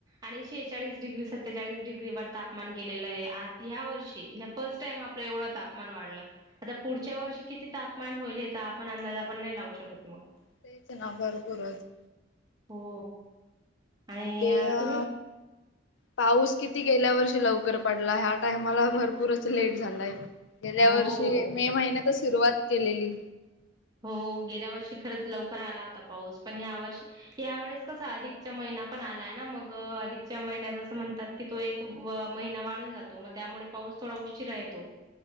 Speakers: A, on the right (about 20°); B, on the left (about 65°).
A: आणि शेहेचाळीस डिग्री सत्तेचाळीस डिग्री व तापमान गेलेलं आहे आ ह्या वर्षी फर्स्ट टाईम आपलं एवढं तापमान वाढलं. आता पुढच्या वर्षी किती तापमान होईल. हे तर, आपण अंदाज आपण नाही लावू शकत मग.
B: तेच ना, भरपूरच.
A: हो. आणि
B: ते अ
A: तुम्ही
B: पाऊस किती गेल्या वर्षी लवकर पडला. ह्या टायमाला भरपूरच लेट झालाय. गेल्या
A: हो
B: वर्षी मे महिन्यात सुरुवात केलेली.
A: हो. गेल्या वर्षी खरंच लवकर आला होता पाऊस. पण ह्या वर्षी या वेळेस कस अधिकच्या महिना पण आलाय ना. मग अधिकच्या महिन्यात असं म्हणतात की तो एक अ महिना वाढून जातो. मग त्यामुळे पाऊस थोडा उशीरा येतो.